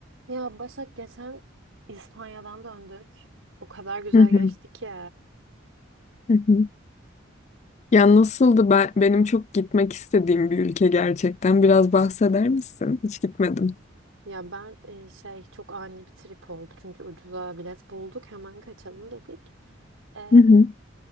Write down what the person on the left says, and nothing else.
Hı hı,
hı hı. Ya nasıldı ben, benim çok gitmek istediğim bir ülke gerçekten. Biraz bahseder misin? Hiç gitmedim.
Hı hı,